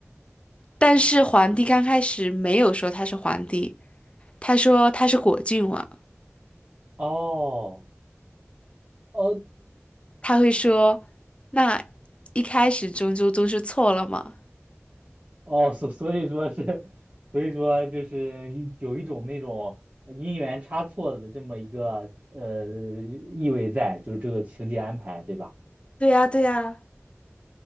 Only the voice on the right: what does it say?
哦。哦
哦，所所以说是，所以说就是一有一种那种因缘差错的这么一个呃意味在，就是这个情节安排，对吧？